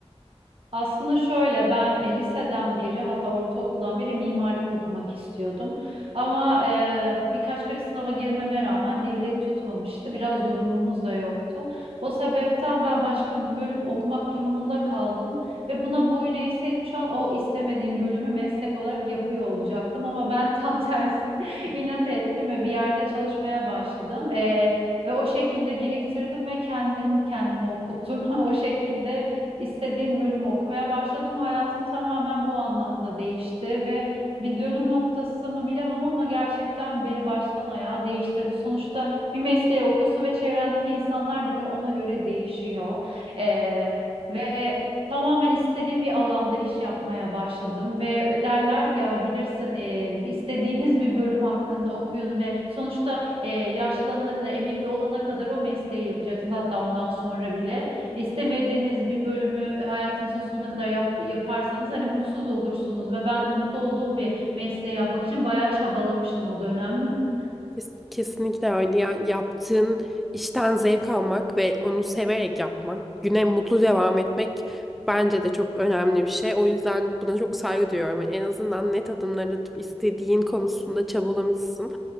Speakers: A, on the right (about 55°); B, in the centre.
A: Aslında şöyle ben e, liseden beri hatta ortaokuldan beri mimarlık okumak istiyordum. Ama e, birkaç kere sınava girmeme rağmen devlet tutmamıştı. Biraz durumumuz da yoktu. O sebepten ben başka bir bölüm okumak durumunda kaldım. Ve buna boyun eğseydim şu an o istemediğim bölümü meslek olarak yapıyor olacaktım. Ama ben tam <laughs> tersi inat ettim ve bir yerde çalışmaya başladım. E, ve o şekilde biriktirdim ve kendim kendime okuttum. <laughs> O şekilde istediğim bölümü okumaya başladım ve hayatım tamamen bu anlamda değişti ve bir dönüm noktası mı bilemem ama gerçekten beni baştan ayağa değiştirdi. Sonuçta bir mesleği okuyorsun ve çevrendeki insanlar bile ona göre değişiyor. Ee, ve Tamamen istediğim bir alanda iş yapmaya başladım ve e, derler ya bilirsin e, istediğiniz bir bölüm hakkında okuyun ve sonuçta e, yaşlanana kadar emekli olana kadar o mesleği yapacaksınız hatta ondan sonra bile. İstemediğiniz bir bölümü hayatınızın sonuna kadar yap- yaparsanız hani mutsuz olursunuz ve ben de mutlu olduğum bir mesleği yapmak için bayağı çabalamıştım o dönem. <laughs>
B: Kes- Kesinlikle öyle. Yani yaptığın işten zevk almak ve onu severek yapmak, güne mutlu devam etmek bence de çok önemli bir şey. O yüzden buna çok saygı duyuyorum. Yani en azından net adımlar atıp istediğin konusunda çabalamışsın.